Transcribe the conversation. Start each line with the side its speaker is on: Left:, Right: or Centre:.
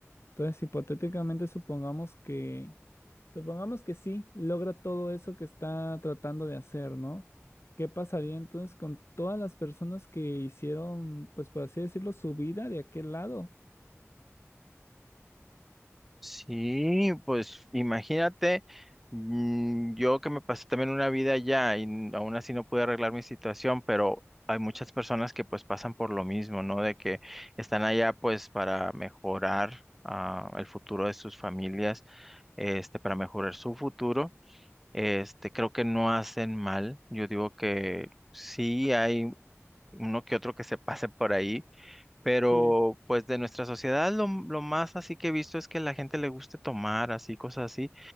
Left: Entonces, hipotéticamente supongamos que, supongamos que sí logra todo eso que está tratando de hacer, ¿no? ¿Qué pasaría entonces con todas las personas que hicieron, pues por así decirlo, su vida de aquel lado?
Centre: Sí, pues imagínate, mm, yo que me pasé también una vida allá y n- aún así no pude arreglar mi situación, pero hay muchas personas que pues pasan por lo mismo, ¿no? De que están allá pues para mejorar ah, el futuro de sus familias, este, para mejorar su futuro. Este, creo que no hacen mal. Yo digo que sí hay uno que otro que se pase por ahí pero
Left: Sí,
Centre: pues de nuestra sociedad lo, lo más así que he visto es que la gente le guste tomar así, cosas así,